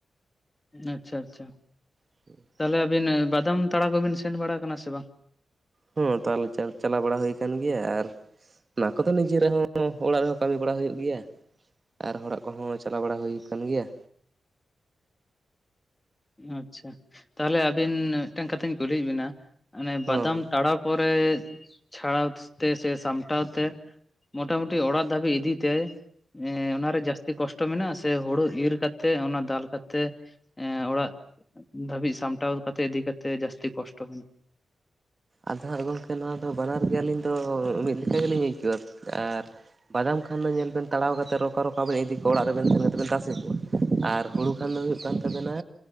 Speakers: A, on the left (about 20°); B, on the right (about 35°).
A: ᱟᱪᱷᱟ ᱟᱪᱷᱟ᱾
B: <inaudible>
A: ᱛᱟᱦᱚᱞᱮ ᱟᱵᱤᱱ ᱵᱟᱫᱟᱢ ᱛᱟᱲᱟᱣ ᱠᱚᱵᱤᱱ ᱥᱮᱱ ᱵᱟᱲᱟ ᱟᱠᱟᱱᱟ ᱥᱮ ᱵᱟᱝ?
B: ᱦᱚ ᱦᱚᱭ ᱛᱟᱦᱚᱞᱮ ᱪᱟᱞᱟᱣ ᱵᱟᱲᱟ ᱦᱩᱭ ᱟᱠᱟᱱ ᱜᱮᱭᱟ ᱟᱨ᱾ ᱚᱱᱟ ᱠᱚᱫᱚ ᱱᱤᱡᱮ ᱨᱮᱦᱚᱸ ᱚᱲᱟᱜ ᱨᱮᱦᱚᱸ ᱠᱟᱹᱢᱤ ᱵᱟᱲᱟ ᱦᱩᱭᱩᱜ ᱜᱮᱭᱟ᱾ ᱟᱨ ᱦᱚᱲᱟᱜ ᱠᱚᱦᱚᱸ ᱪᱟᱞᱟᱣ ᱵᱟᱲᱟ ᱦᱩᱭ ᱟᱠᱟᱱ ᱜᱮᱭᱟ᱾
A: ᱟᱪᱷᱟ ᱛᱟᱦᱚᱞᱮ ᱟᱵᱤᱱ ᱢᱤᱫᱴᱟᱝ ᱠᱟᱛᱷᱟᱧ ᱠᱩᱞᱤᱭᱮᱫ ᱵᱤᱱᱟ ᱚᱱᱮ
B: ᱦᱚᱸ
A: ᱵᱟᱫᱟᱢ
B: ᱦᱚᱸ
A: ᱛᱟᱲᱟᱣᱼᱼ ᱯᱚᱨᱮ ᱪᱷᱟᱲᱟᱣ ᱛᱮ ᱥᱮ ᱥᱟᱢᱴᱟᱣ ᱛᱮ ᱢᱚᱴᱟ ᱢᱩᱴᱤ ᱚᱲᱟᱜ ᱫᱷᱟᱹᱵᱤᱡ ᱤᱫᱤ ᱛᱮ ᱮᱸ ᱚᱱᱟ ᱨᱮ ᱡᱟᱹᱥᱛᱤ ᱠᱚᱥᱴᱚ ᱢᱮᱱᱟᱜᱼᱟ ᱥᱮ ᱦᱩᱲᱩ ᱤᱨ ᱠᱟᱛᱮᱜ ᱚᱱᱟ ᱫᱟᱞ ᱠᱟᱛᱮᱜ ᱮᱸ ᱚᱲᱟᱜ ᱫᱷᱟᱹᱵᱤᱡ ᱥᱟᱢᱴᱟᱣ ᱠᱟᱛᱮ ᱤᱫᱤ ᱠᱟᱛᱮᱜ ᱡᱟᱹᱥᱛᱤ ᱠᱚᱥᱴᱚ
B: ᱟᱫᱚ ᱦᱟᱸᱜ ᱜᱚᱝᱠᱮ ᱱᱚᱣᱟ ᱫᱚ ᱵᱟᱱᱟᱨ ᱜᱮ ᱟᱹᱞᱤᱧ ᱫᱚ ᱢᱤᱫ ᱞᱮᱠᱟ ᱜᱤᱞᱤᱧ ᱟᱹᱭᱠᱟᱹᱣᱠᱟᱜ ᱟᱨ ᱵᱟᱫᱟᱢ ᱠᱷᱟᱱ ᱫᱚ ᱧᱮᱞ ᱵᱮᱱ ᱛᱟᱲᱟᱣ ᱠᱟᱛᱮ ᱨᱚᱠᱟ ᱨᱚᱠᱟ ᱵᱮᱱ ᱤᱫᱤ ᱠᱚᱣᱟ ᱚᱲᱟᱜ ᱨᱮᱵᱮᱱ ᱥᱮᱱ ᱠᱟᱛᱮᱮᱫ ᱵᱮᱱ ᱛᱟᱥᱮ ᱠᱚᱣᱟ ᱟᱨ ᱦᱩᱲᱩ ᱠᱷᱟᱱ ᱫᱚ ᱦᱩᱭᱩᱜ ᱠᱟᱱ ᱛᱟᱵᱮᱱᱟ